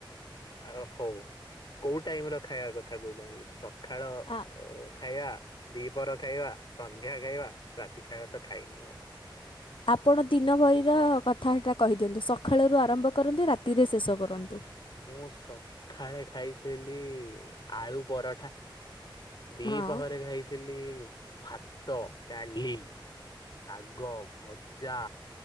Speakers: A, on the left; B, on the left.
A: ଆଉ ହଉ କୋଉ ଟାଇମ ର ଖାଇବା କଥା କହୁଛନ୍ତି? ସଖାଳ
B: ଆ
A: ଖାଇବା, ଦିପର ଖାଇବା, ସନ୍ଧ୍ୟା ଖାଇବା। ରାତି ଖାଇବା ତ ଖାଇନି ଆଉ।
B: ଆପଣ ଦିନ ଭରିର କଥାଟା କହିଦିଅନ୍ତୁ, ସକାଳରୁ ଆରମ୍ଭ କରନ୍ତୁ ରାତିରେ ଶେଷ କରନ୍ତୁ।
A: ମୁଁ ସକାଳେ ଖାଇଥିଲି ଆଳୁ ପରଠା, ଦିପହରେ
B: ହଁ
A: ଖାଇଥିଲି ଭାତ, ଡାଲି, ଶାଗ ଭ ଯା,